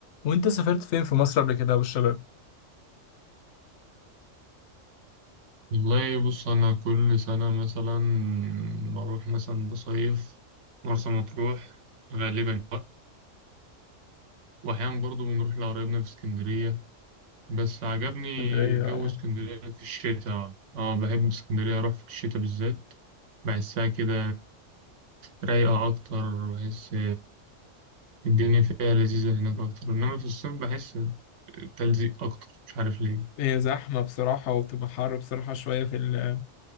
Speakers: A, on the left; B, on the right.
A: وانت سافرت فين في مصر قبل كده والشباب
B: والله بص أنا كل سنة مثلا بروح مثلا بصيف مرسى مطروح غالبا وأحيانا برضو بنروح لقرايبنا في اسكندرية بس عجبني
A: اسكندرية
B: جو
A: اه
B: اسكندرية في الشتاء اه بحب اسكندرية أروح في الشتاء بالذات بحسها كده رايقة أكتر بحس الدنيا فيها لذيذة هناك أكتر إنما في الصيف بحس تلزيق أكتر مش عارف ليه
A: هي زحمة بصراحة وبتبقى حر بصراحة شوية في ال...